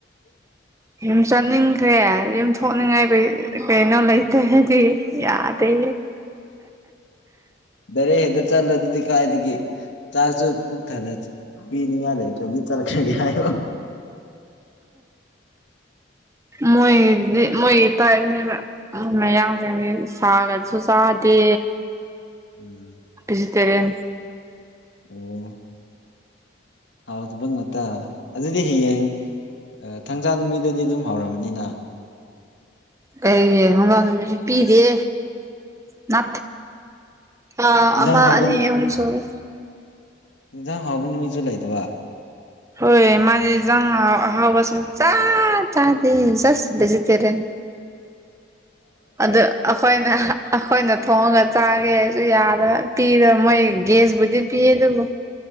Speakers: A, on the right; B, on the left.
A: ꯌꯨꯝ ꯆꯠꯅꯤꯡꯈ꯭ꯔꯦ ꯌꯨꯝ ꯊꯣꯛꯅꯤꯡꯉꯥꯏꯩ ꯀꯩꯅꯣ ꯂꯩꯇꯦ ꯍꯥꯏꯗꯤ ꯌꯥꯗꯦ
B: ꯗꯔꯦ ꯍꯦꯛꯇ ꯆꯠꯂ ꯑꯗꯨꯗꯤ ꯀꯥꯏꯗꯒꯤꯦ ꯆꯥꯛꯁꯨ ꯄꯨꯛ ꯊꯅ ꯄꯤꯅꯤꯡꯉꯥꯏ ꯂꯩꯇ꯭ꯔꯗꯤ ꯆꯠꯂꯛꯈ꯭ꯔꯒꯦ ꯍꯥꯏꯣ
A: ꯃꯣꯏꯒꯤꯗꯤ ꯃꯣꯏꯒꯤ ꯇꯥꯏꯞꯅꯦꯕꯣꯏ ꯃꯌꯥꯝ ꯁꯥꯒꯁꯨ ꯁꯥꯗꯤ
B: ꯎꯝ
A: ꯚꯦꯖꯤꯇꯦꯔꯤꯌꯟ
B: ꯑꯣ ꯍꯥꯎꯕ ꯉꯥꯛꯇ ꯑꯗꯨꯗꯤ ꯍꯌꯦꯡ ꯊꯥꯡꯖꯥꯟ ꯃꯤꯗꯗꯤ ꯑꯗꯨꯝ ꯍꯧꯔꯝꯝꯕꯅꯤꯅ
A: ꯀꯩꯒꯤ ꯍꯪꯒꯥꯥꯡ ꯅꯨꯃꯤꯠꯁꯨ ꯄꯤꯗꯦ ꯊ ꯑ
B: ꯏꯟꯖꯥꯡ
A: ꯑ
B: ꯍꯥꯎꯕ
A: ꯑꯅꯤ ꯑ ꯁꯣꯔꯤ
B: ꯌꯦꯟꯖꯥꯡ ꯍꯥꯎꯕ ꯅꯨꯃꯤꯠꯁꯨ ꯂꯩꯇꯕ
A: ꯍꯣꯏ ꯃꯥꯗꯤ ꯖꯡ ꯑꯍꯧꯕ ꯁꯨꯡꯆ ꯆꯗꯦ ꯖꯁ ꯕꯦꯖꯤꯇꯦꯔꯦꯟ ꯑꯗꯨ ꯑꯩꯈꯣꯏꯅ ꯑꯩꯈꯣꯏꯅ ꯊꯣꯡꯉꯒ ꯆꯥꯒꯦꯁꯨ ꯌꯥꯗꯕ ꯄꯤꯔ ꯃꯣꯏ ꯒ꯭ꯦꯁꯕꯨꯗꯤ ꯄꯤꯌꯦ ꯑꯗꯨꯕꯨ